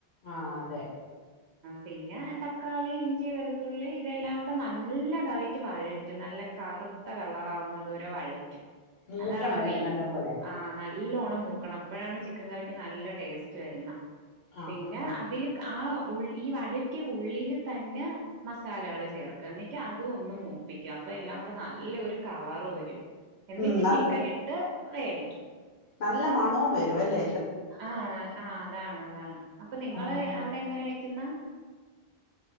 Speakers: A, on the left; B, on the right.
A: ആ അതെ
B: പിന്ന തക് ക്കാളി, ഇഞ്ചി, വെളുത്തുള്ളി ഇതെല്ലാം കൂടെ നല്ലതായിട്ട് വഴറ്റും നല്ല കറുത്ത കളറാവുന്നതുവരെ വഴറ്റും.
A: മൂക്കണം
B: അതാണ്
A: അല്ലേ
B: മെയിൻ
A: നല്ല പോലെ
B: ആ നല് എല്ലോണം മൂക്കണം അപ്പഴാണ് ചിക്കൻ കറിക്ക് നല്ല ടേസ്റ്റ് വരുന്ന.
A: ആ
B: പിന്നെ
A: ആ
B: അതില് ക് ആ ഉള് ഈ വഴറ്റിയ ഉള്ളിയില് തന്നെ മസാലകള് ചേർക്ക എന്നിട്ട് അതു ഒന്ന് മൂപ്പിക്കാം. അപ്പ എല്ലാം കൂടെ നല്ല ഒരു കളർ വരും, എന്നിട്ട്
A: ഉം നല്ല
B: ചിക്കൻ ഇട്ട് വേവിക്ക
A: നല്ല മണവും വരുവല്ലേ.
B: ആ ആ ആ അതാണ് അതാണ് അപ്പ നിങ്ങളെ
A: ആ
B: അവിടെ എങ്ങനെ വെയ്ക്കുന്ന